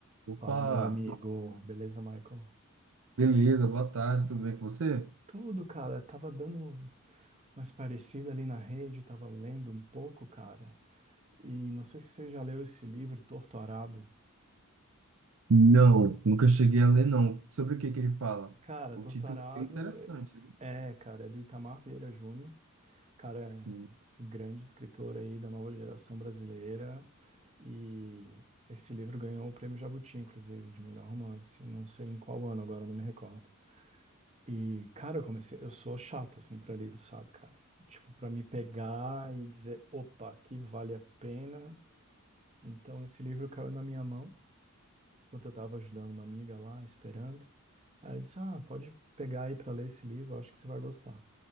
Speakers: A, on the right (about 65°); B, on the right (about 30°).
A: Opa,
B: Fala, meu amigo. Beleza, Michael?
A: beleza, boa tarde, tudo bem com você?
B: Tudo, cara. Tava dando mais parecida ali na rede, tava lendo um pouco, cara. E não sei se você já leu esse livro, Torto Arado.
A: Não, nunca cheguei a ler, não. Sobre o que que ele fala?
B: Cara,
A: O
B: Torto
A: título
B: Arado
A: é bem interessante, viu?
B: é, cara, é do Itamar Vieira Júnior. Cara, é
A: Sim,
B: um grande escritor aí da nova geração brasileira. E esse livro ganhou o prêmio Jabuti, inclusive, de melhor romance. Não sei em qual ano agora, não me recordo. E, cara, eu comecei, eu sou chato assim pra livro, sabe, cara? Tipo, pra me pegar e dizer, opa, aqui vale a pena. Então esse livro caiu na minha mão, enquanto eu tava ajudando uma amiga lá, esperando. Aí ela disse: "Ah, pode pegar aí pra ler esse livro, eu acho que você vai gostar".